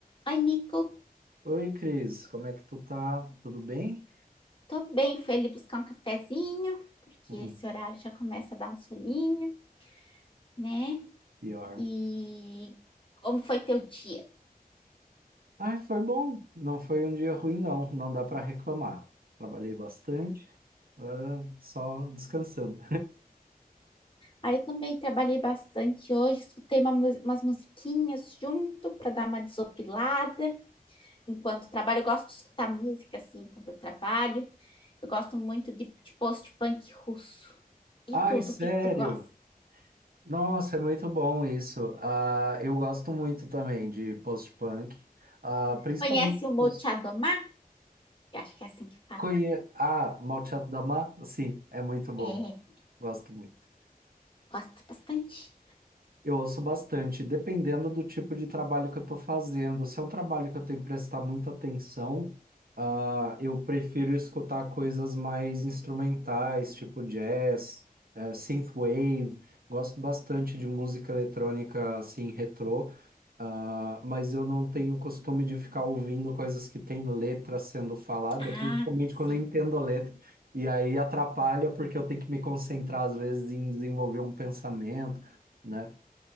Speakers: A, on the left; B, on the right.
A: Oi, Nico.
B: Oi, Cris, como é que tu tá? Tudo bem?
A: Tô bem, fui ali buscar um cafezinho, porque
B: Uhum,
A: esse horário já começa a dar um soninho, né?
B: <laughs> Pior.
A: E como foi teu dia?
B: Ai, foi bom. Não foi um dia ruim, não. Não dá para reclamar. Trabalhei bastante, agora só descansando.
A: Aí eu também trabalhei bastante hoje, escutei uma mu- umas musiquinhas junto para dar uma desopilada enquanto trabalho. Eu gosto de escutar música assim enquanto eu trabalho. Eu gosto muito de, de post-punk russo
B: <laughs>
A: e
B: Ai,
A: tudo.
B: sério?
A: O que que tu gosta?
B: Nossa, é muito bom isso. Ah, eu gosto muito também de post-punk, Ah, principalmente
A: Conhece o Molchat
B: os-
A: Doma? Eu acho que é assim que fala.
B: conhe... Ah, Malteado da Mar, sim, é muito bom.
A: É,
B: Gosto muito.
A: gosto bastante.
B: Eu ouço bastante, dependendo do tipo de trabalho que eu estou fazendo. Se é um trabalho que eu tenho que prestar muita atenção, ah, eu prefiro escutar coisas mais instrumentais, tipo jazz, eh, synthwave. Gosto bastante de música eletrônica assim, retrô, ah, mas eu não tenho costume de ficar ouvindo coisas que têm letra sendo falada,
A: Ah,
B: principalmente quando
A: sim.
B: eu entendo a letra. E aí atrapalha porque eu tenho que me concentrar, às vezes, em desenvolver um pensamento né?